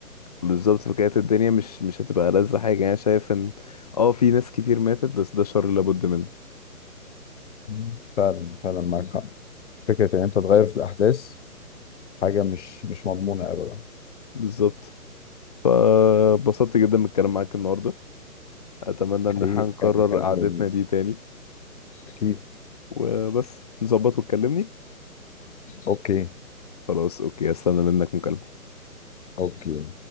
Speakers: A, on the left; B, on the left.
A: بالظبط فكانت الدنيا مش مش هتبقى لذة حاجة يعني شايف ان اه في ناس كتير ماتت بس ده شر لابد منه
B: مم. فعلا فعلا معاك حق فكرة إن أنت تغير في الأحداث حاجة مش مش مضمونة أبدا
A: بالظبط فبسطت جدا من الكلام معاك النهاردة اتمنى
B: الحقيقة
A: ان احنا نكرر
B: كان كلام
A: قعدتنا
B: جميل
A: دي تاني
B: أكيد
A: وبس نظبط وتكلمني
B: أوكي
A: خلاص اوكي هستنى منك مكالمة
B: أوكي